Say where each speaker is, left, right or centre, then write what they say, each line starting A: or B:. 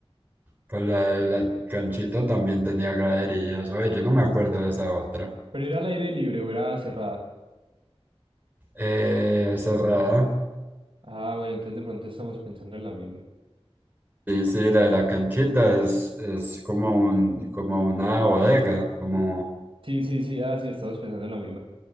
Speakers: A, on the right (about 20°); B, on the right (about 60°).
A: Pues la de la canchita también tenía graderías. Oye, yo no me acuerdo de esa otra.
B: Pero era al aire libre o era cerrada.
A: Eh, cerrada.
B: Ah, bueno, entonces de pronto estamos pensando en la misma.
A: Sí, sí, la de la canchita es, es como un, como una bodega, como...
B: Sí, sí, sí, ah, sí, estamos pensando en la misma.